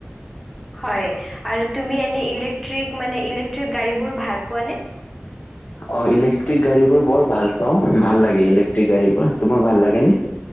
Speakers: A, in the centre; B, on the left (about 50°).
A: হয় আৰু তুমি এনে ইলেকট্ৰিক মান ইলেকট্ৰিক গাড়ীবোৰ ভাল পোৱা নে?
B: অ ইলে- ট্ৰিক গাড়ীবোৰ বৰ ভাল পাওঁ। ভাল লাগে ইলেক্ট্ৰিক গাড়ী বোৰ, তোমাক ভাল লাগে নে?